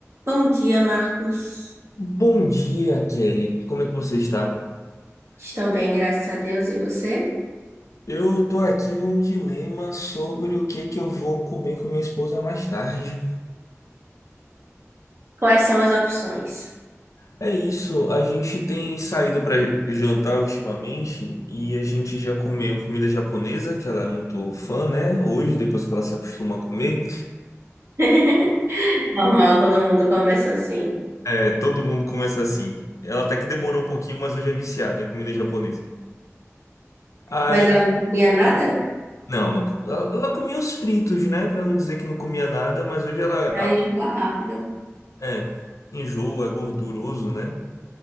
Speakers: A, on the right; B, on the left.
A: Bom dia, Marcos.
B: Bom dia, Kelly. Como é que você está?
A: Estou bem, graças a Deus. E você?
B: Eu tô aqui num dilema sobre o que que eu vou comer com minha esposa mais tarde.
A: Quais são as opções?
B: É isso, a gente tem saído para jantar ultimamente e a gente já comeu comida japonesa, que ela é muito fã, né? Hoje, depois que ela se acostuma a comer,
A: <laughs> Normal, todo mundo começa assim.
B: é, todo mundo começa assim. Ela até que demorou um pouquinho, mas hoje é viciada em comida japonesa. Aí,
A: Mas ela não comia nada?
B: não, não co- ela ela comia os fritos, né? Pra não dizer que não comia nada, mas hoje ela
A: Ela enjoa rápido.
B: É, enjoa, é gorduroso, né?